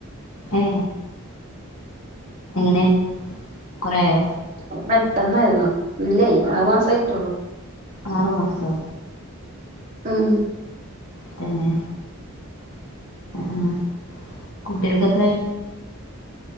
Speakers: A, on the left; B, on the right.
A: എഹ് എങ്ങനെ കൊറേ ആയൊ
B: അത് പെട്ടന്നായിരുന്നു ഇല്ലേ ആറ് മാസായിട്ടൊള്ളു.
A: ആറ് മാസവൊ
B: അഹ് ഉം
A: തന്നെ? ആഹ് കുട്ടികൾക്ക് എത്രായി?